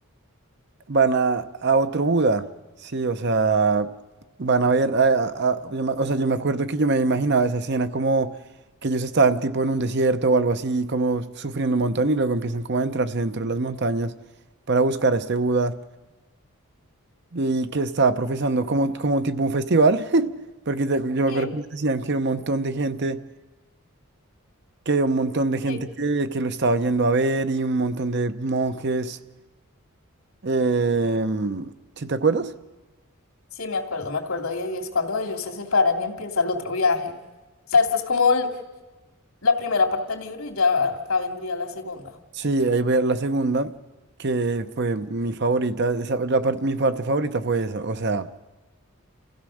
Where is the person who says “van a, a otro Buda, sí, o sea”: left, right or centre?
Right